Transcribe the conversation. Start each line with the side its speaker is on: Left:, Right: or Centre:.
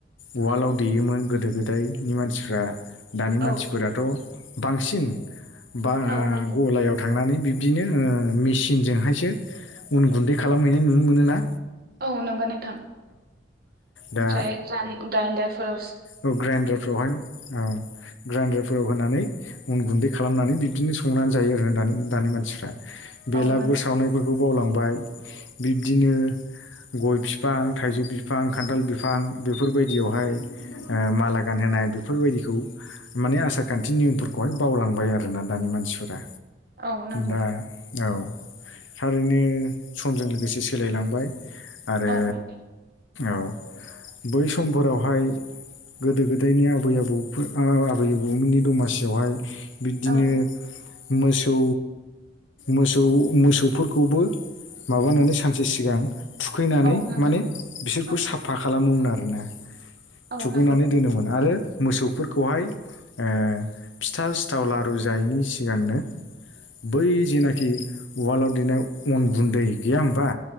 Left: उवालाव देयोमोन गोदो गोदायनि मानसिफ्रा दानि मानसिफोराथ'
Right: औ
Left: बांसिन बा
Right: औ नंगौ
Left: गलायाव थांनानै बिदिनो मेसिनजोंहायसो उन गुन्दै खालामहैनाय नुनो मोनो ना
Right: औ नंगौ नोंथां
Left: दा
Right: ओमफ्राय दाइदारफोराव
Left: ग्राइन्डारफ्रावहाय औ ग्राइन्डारफ्राव होनानै उन गुन्दै खालामनानै बिदिनो संनानै जायो आरो दानि दानि मानसिफ्रा
Right: औ
Left: बेलागुर
Right: नांगोन
Left: सावनायफोरखौ बावलांबाय बिब्दिनो गय बिफां थाइजौ बिफां खान्थाल बिफां बेफोरबायदियावहाय माला गानहोनाय बेफोरबायदिखौ माने आसार खान्थि नियमफोरखौहाय बावलांबाय आरोोना दानि मानसिफोरा
Right: औ नंगौ
Left: दा औ थारैनो समजों लोगोसे सोलायलांबाय आरो
Right: औ नांगोन
Left: औ बै समफोरावहाय गोदो गोदायनि आबै आबौफोर आबै आबौमोननि दमासियावहाय बिदिनो
Right: औ
Left: मोसौ मोसौ मोसौफोरखौबो माबानानै सानसे सिगां थुखैनानै
Right: औ नांगोन
Left: माने बिसोरखौ
Right: औ
Left: साफा खालामोमोन आरोना।
Right: औ
Left: थुखैनानै
Right: नांगौ
Left: दोनोमोन आरो मोसौफोरखौहाय ओ फिथा सिथाव लारु जायैनि सिगांनो बै जेनाखि वालाव देनाय अन गुन्दै गैया होमबा